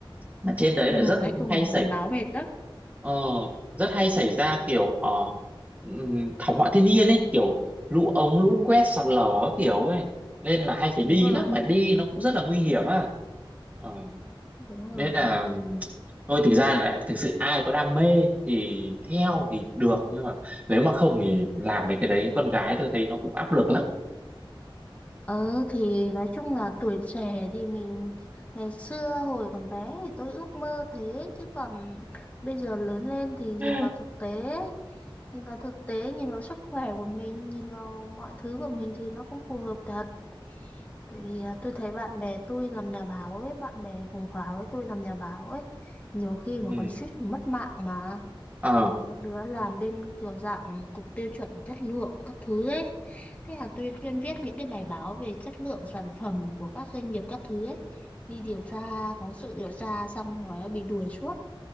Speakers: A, on the right; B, on the left.
A: mà trên
B: Ừ.
A: đấy là rất
B: Nói chung
A: hay xảy
B: làm báo mệt lắm
A: Ờ, rất hay xảy ra kiểu ờ, ừm, thảm họa thiên nhiên ấy kiểu lũ ống lũ
B: Ừ,
A: quét sạt lở các kiểu ấy nên là hay phải
B: đúng
A: đi
B: rồi,
A: lắm mà đi nó cũng rất là nguy hiểm à Ờ,
B: đúng rồi.
A: nên là ừm, thôi thực ra là thực sự ai có đam mê thì theo thì được nhưng mà nếu mà không thì làm mấy cái đấy con gái tôi thấy nó cũng áp lực lắm
B: Ờ thì nói chung là tuổi trẻ thì mình ngày xưa hồi còn bé thì tôi ước mơ thế chứ còn bây giờ lớn lên thì nhìn
A: <laughs>
B: vào thực tế, nhìn vào thực tế, nhìn vào sức khỏe của mình, nhìn vào mọi thứ của mình thì nó không phù hợp thật. Tại vì à, tôi thấy bạn bè tôi làm nhà báo ấy, bạn bè cùng khóa với tôi làm nhà báo ấy, nhiều khi
A: Ừm,
B: mà còn suýt mất mạng mà.
A: ờ,
B: có đứa làm bên kiểu dạng cục tiêu chuẩn chất lượng các thứ ấy thế là tôi chuyên viết những cái bài báo về chất lượng sản phẩm của các doanh nghiệp các thứ ấy đi điều tra phóng sự điều tra xong rồi bị đuổi suốt